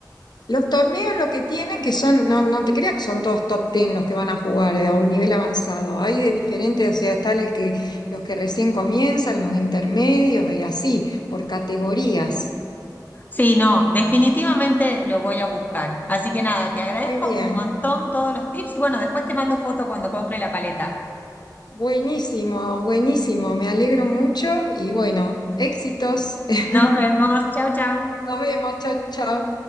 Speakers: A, on the left; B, on the left.
A: Los torneos lo que tienen que son, no, no te creas que son todos top ten los que van a jugar eh, a un nivel avanzado. Hay de diferentes, o sea, están el que, los que recién comienzan, los intermedios y así, por categorías.
B: Sí, no, definitivamente lo voy a buscar. Así que nada, te agradezco
A: Muy bien.
B: un montón todos los tips y bueno, después te mando foto cuando compre la paleta.
A: Buenísimo, buenísimo. Me alegro mucho y bueno, éxitos. <laughs>
B: Nos vemos, chau, chau.
A: Nos vemos, chao, chao.